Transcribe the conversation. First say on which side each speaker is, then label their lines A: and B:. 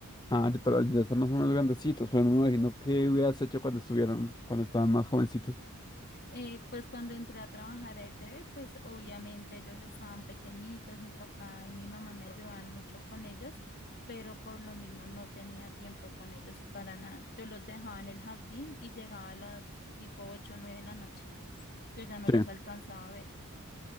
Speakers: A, on the left; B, on the left.
A: Ah, ya- pero ya están más o menos grandecitos, pero no me imagino qué hubieras hecho cuando estuvieran, cuando estaban más jovencitos.
B: Eh, pues cuando entré a trabajar a ETV, pues obviamente ellos estaban pequeñitos, mi papá y mi mamá me ayudaban mucho con ellos, pero por lo mismo no tenía tiempo con ellos para nada. Yo los dejaba en el jardín y llegaba a las tipo 8 o 9 de la noche. Yo ya no
A: Sí.
B: los alcanzaba a ver